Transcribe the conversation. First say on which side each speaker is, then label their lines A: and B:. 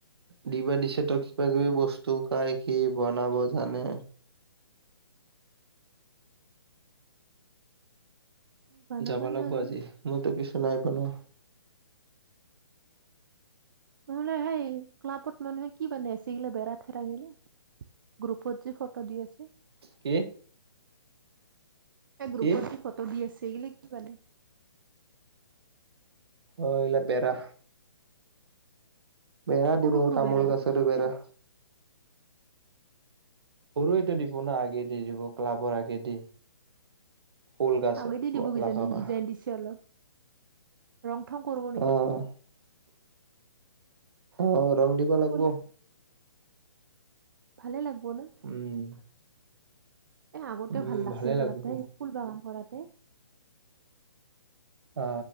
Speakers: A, on the right (about 65°); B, on the right (about 50°).
A: দিবা দিছে ত কিবা কিবি বস্তু কাই কি বনাব জানে।
B: বানাবাই
A: যাবা লাগব
B: নাজানো
A: আজি মইতো কিছু নাই বনোৱা
B: নহলে সেই ক্লাবত মানুহে কি বানাই। আছে এগিলে বেৰা থেৰাগিলা। গ্ৰুপত যে ফটো দি আছে।
A: কি?
B: এ গ্ৰুপত
A: কি
B: দি ফটো দি আছে এইগিলা কি মানে?
A: অ ইগিলা বেৰা। বেৰা দিব
B: সৰু সৰু
A: তামোল
B: বেৰা দেখোন
A: গাছাৰো
B: কিবা
A: বেৰা। সৰু এটো দিব না আগে দি দিব ক্লাবৰ আগেদি। ফুল গাছ
B: আগেদি দিব কিইজানি
A: লগাবা
B: ডিজাইন দিছে অলপ ৰং থং কৰব নেকি?
A: অ' অ ৰং দিব
B: থং
A: লাগব।
B: কৰিলে ভালে লাগব না।
A: উম।
B: এ আগতেও
A: উম
B: ভাল লাগিছিল
A: ভালে লাগব
B: গলাটেই এই ফুল বাগান কৰাতে।
A: অ